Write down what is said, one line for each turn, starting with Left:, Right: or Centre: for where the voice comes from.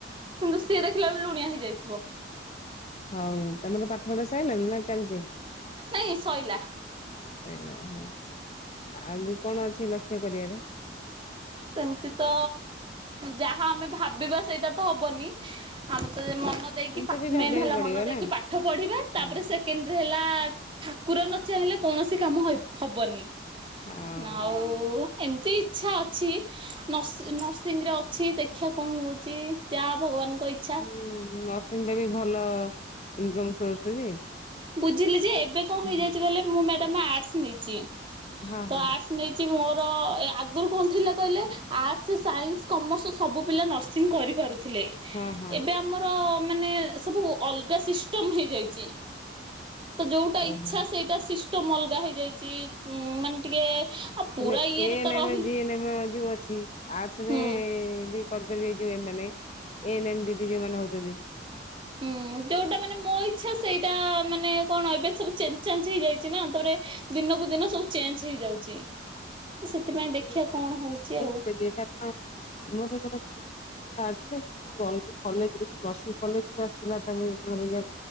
Right: କିନ୍ତୁ ସିଏ ଦେଖିଲା ଏଳୁ ଲୁଣିଆ ହେଇଯାଇଥିବ।
Left: ହଉ ତମର ପାଠ ପଢା ସାଇଲାଣି ନା ଚାଲିଚି?
Right: ନାଇ ଶଇଲା।
Left: ସଇଲା ହଁ ଆଗୁକୁ କଣ ଅଛି ଲକ୍ଷ୍ୟ କରିଆରେ।
Right: ସେମିତି ତ ଯାହା ଆମେ ଭାବିବା ସେଇଟା ତ ହବନି। ଆମେ ତ ଏ ମନ ଦେଇକି
Left: କିନ୍ତୁ
Right: ପା
Left: ବି ଭାବିବାକୁ
Right: ମେନେ ହେଲା
Left: ପଡିବ
Right: ମନ ଦେଇକି
Left: ନା
Right: ପାଠ ପଢିବା ତାପରେ
Left: ହଁ
Right: ସେ କେଣ୍ଡରେ ହେଲା ଠାକୁର ନଚାହିଁଲେ କୌଣସି କାମ ହଏବ୍ ହବନି।
Left: ହଁ
Right: ନାଉ ଏମିତି ଇଚ୍ଛା ଅଛି। ନସ୍ ନର୍ସିଂ ରେ ଅଛି ଦେଖିଆ କଣ ହଉଚ଼ି ଯାହା ଭଗବାନଙ୍କ ଇ
Left: ଉୁଁ ନର୍ସିଂଟା ବି ଭଲ ଇନକମ ସୋର୍ସ ଯେ।
Right: ବୁଝିଲି ଯେ ଏବେ କଁ ହେଇଯାଇଚ଼ି
Left: ହୁଁ
Right: କଲେ ମୁଁ ମ୍ୟାଡାମ୍ ଆର୍ଟସ୍ ନେଇଚ଼ି
Left: ହଁ
Right: ତ
Left: ହଁ
Right: ଆର୍ଟ୍ସ୍ ନେଇଚ଼ି ମୋର ଏ ଆଗରୁ କଁ ଥିଲା କଇଲେ ଆର୍ଟ୍ସ୍, ସାଇନ୍ସ, କମର୍ସ ସବୁ ପିଲା ନରସ୍ ସିଙ୍ଗ୍ କରିପାରୁଥିଲେ।
Left: ହଁ ହଁ
Right: ଏବେ ଆମର ମାନେ ସବୁ ଅଲଗା ସିଷ୍ଟମ ହେଇଯାଇଚ଼ି। ତ ଯେଉଟା
Left: ଓହୋ
Right: ଇଚ୍ଛା ସେଇଟା ସିଷ୍ଟମ୍ ଅଲଗା ହେଇଯାଇଚ଼ି ମାନ୍ ଟିକେ ଆଉ ପୁରା
Left: ହେଲେ
Right: ଇଏରେ
Left: ଏ
Right: ତ
Left: ନେମେ,
Right: ରହିଲେ
Left: ଯି ନେମେ ଯୋଉ ଅଛି। ଆର୍ଟସ ରେ
Right: ହୁଁ
Left: ବି କରିପାରିବେ ଯୋଉ ଏମାନେ ଏନେ ମ୍ ଦିଦି ଯୋଉ ମାନେ ହଉଚ଼ନ୍ତି।
Right: ହଁ। ଉୁଁ ଯୋଉଟା ମାନେ ମୋ ଇଚ୍ଛା ସେଇଟା ମାନେ କଣ ଏବେ ସବୁ ଚେନ୍ଜ ଚାନ୍ଜ ହେଇଯାଇଚ଼ି ନା ତାପରେ ଦିନକୁ ଦିନ ସବୁ ଚେଞ୍ଜ ହେଇଯାଉଚ଼ି ସେଥିପାଇଁ
Left: ବୁଝାବୁଝି
Right: ଦେଖିଆ କଣ ହଉଛି ଆଉ।
Left: <unintelligible> ମୋର <unintelligible> <unintelligible> ଆସିଲେ <unintelligible> କଲେଜରେ ବି ନର୍ସିଂ କଲେଜ ବି ଆସିଥିଲା ତାଙ୍କ <unintelligible>